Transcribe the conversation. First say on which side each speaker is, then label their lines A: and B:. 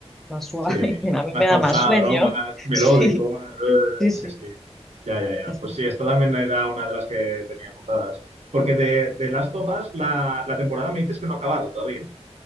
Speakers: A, in the centre; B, on the right.
A: más suave.
B: sí.
A: <laughs> A mí
B: Más
A: me
B: pausado,
A: da más sueño.
B: ¿no? Más
A: <laughs>
B: melódico,
A: Sí,
B: más... eh,
A: sí, sí.
B: sí, sí. Ya, ya, ya.
A: es-
B: Pues sí, esta también era una de las que tenía apuntadas. Porque de, de Last of Us, la, la temporada me dices que no ha acabado todavía.